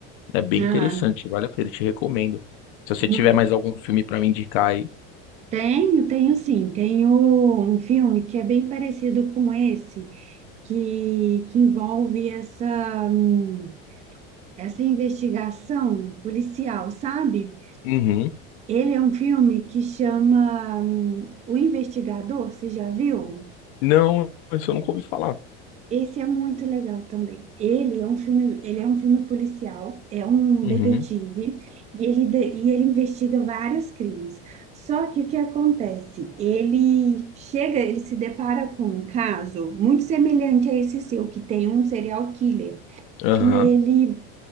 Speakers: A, on the left; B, on the right.
A: É bem
B: Ah,
A: interessante, vale a pena, eu te recomendo. Se você
B: muito.
A: tiver mais algum filme pra me indicar aí.
B: Tenho, tenho sim. Tenho um filme que é bem parecido com esse, que, que envolve essa. hum, essa investigação policial, sabe?
A: Uhum.
B: Ele é um filme que chama hum, O Investigador, você já viu?
A: Não, isso eu nunca ouvi falar.
B: Esse é muito legal também. Ele é um filme, ele é um filme policial, é um
A: Uhum.
B: detetive e ele, de- e ele investiga vários crimes. Só que o que acontece? Ele chega, ele se depara com um caso muito semelhante a esse seu, que tem um serial killer,
A: Aham.
B: que ele